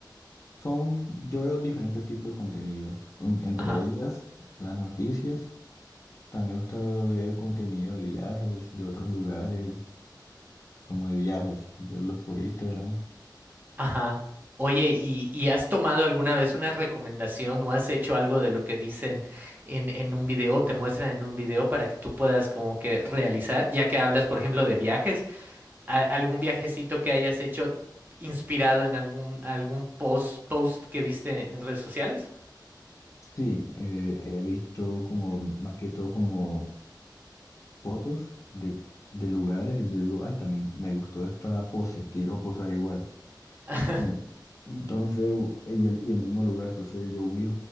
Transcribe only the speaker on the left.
son, yo veo diferentes tipos de contenido. un- Entre
ellas, las noticias. También me gusta ver contenido de viajes, de otros lugares, como de viajes, verlos por Instagram.
Sí, eh, he visto como, más que todo como fotos de, de lugares y yo digo, ay, también me gustó esta pose, quiero posar igual.
Ento- Entonces, u- y, el, y en el mismo lugar, entonces yo vi,